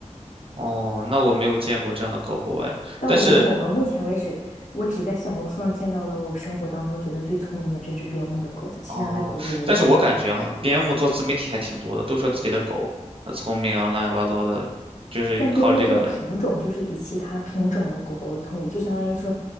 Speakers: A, on the right (about 50°); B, on the left (about 85°).
A: 哦，那我没有见过这样的狗狗哎，
B: 但我觉得我们目前为止，
A: 但是
B: 我只在小红书上见到了我生活当中觉得最聪明的这只边牧的狗子，其他的狗子我觉得都没有那么聪明。
A: 哦，但是我感觉哈、边牧做自媒体还挺多的，都说自己的狗很聪明啊，乱七八糟的，就是靠这个来。
B: 但边牧这个品种就是比其他品种的狗狗聪明，就相当于说，